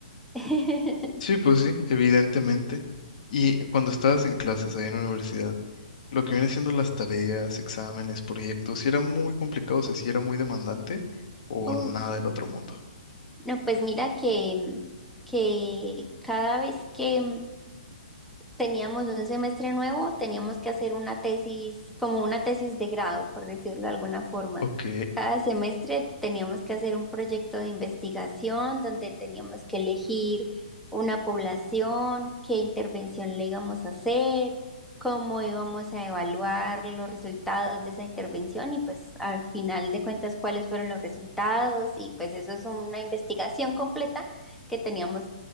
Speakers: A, in the centre; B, on the left (about 60°).
A: <laughs>
B: Sí, pues sí, evidentemente. Y cuando estabas en clases ahí en la universidad, lo que viene siendo las tareas, exámenes, proyectos, si era muy complicado, o sea, si era muy demandante o
A: Uf,
B: nada del otro mundo.
A: no, pues mira que, que cada vez que teníamos un semestre nuevo, teníamos que hacer una tesis, como una tesis de grado, por decirlo de alguna forma.
B: Ok,
A: Cada semestre teníamos que hacer un proyecto de investigación donde teníamos que elegir una población, qué intervención le íbamos a hacer, cómo íbamos a evaluar los resultados de esa intervención y pues al final de cuentas cuáles fueron los resultados y pues eso es una investigación completa que teníamos